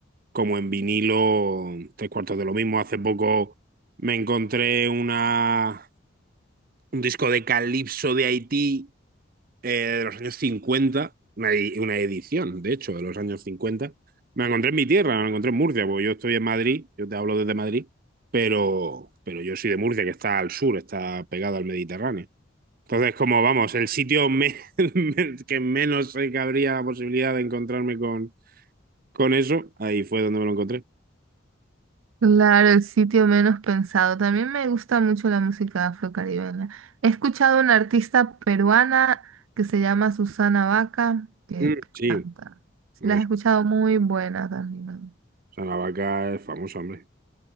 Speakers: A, on the right; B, on the right.
A: como en vinilo, tres cuartos de lo mismo. Hace poco me encontré una, un disco de Calypso de Haití eh, de los años 50 una, edi- una edición, de hecho, de los años cincuenta Me la encontré en mi tierra, me la encontré en Murcia, porque yo estoy en Madrid, yo te hablo desde Madrid, pero, pero yo soy de Murcia, que está al sur, está pegado al Mediterráneo. Entonces, como vamos, el sitio me- <laughs> me- que menos sé que habría la posibilidad de encontrarme con, con eso, ahí fue donde me lo encontré.
B: Claro, el sitio menos pensado. También me gusta mucho la música afrocaribeña. He escuchado una artista peruana que se llama Susana Vaca, que
A: Mm, Sí,
B: canta. Si
A: pues,
B: la has escuchado, muy buena también.
A: o sea, la vaca es famosa, hombre.